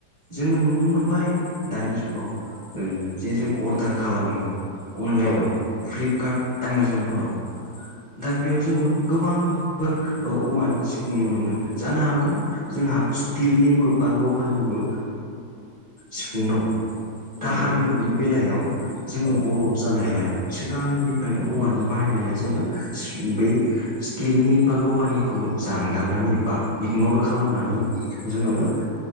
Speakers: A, on the right (about 40°); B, on the left (about 80°).
A: जोङो नुनो मोनबाय दानि जुगाव जे जों अर्डार खालामो अनलाइनाव
B: औ
A: फ्लिपकार्ट एमाजनफोराव। दा बेयाव जोङो गोबांफोर औवानि सिफुं नुनो मोनगोन जानो हागौ। जोंहा स्टिलनिबो बा लहानिबो सिफुं दं दा
B: नंगौ
A: हारिमुनि
B: नोंथां
A: बेलायाव जों
B: औ
A: बर' जानायलाय। सिगांनिफ्रायनो औवानि बाहायनायलाय जोङो बै स्टिलनि बा लहानिखौ खौ जानगारनानै बा इगनर खालामनानै जोङो
B: औ